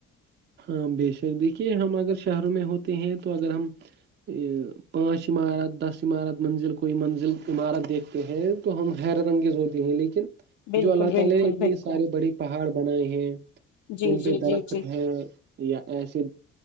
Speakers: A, on the right (about 30°); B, on the left (about 55°).
A: ہاں بےشک دیکھیے ہم اگر شہروں میں ہوتے ہیں تو اگر ہم یہ پانچ عمارت دس عمارت منزل کو یہ منزل عمارت دیکھتے ہے تو ہم حیرت انگیز ہوتے ہیں لیکن
B: بالکل
A: جو اللہ تعالی
B: بالکل
A: نے اتنی
B: بالکل
A: سارے بڑے پہاڑ بنائے ہیں
B: جی
A: ان
B: جی
A: پہ درخت
B: جی جی
A: ہے یا ایسے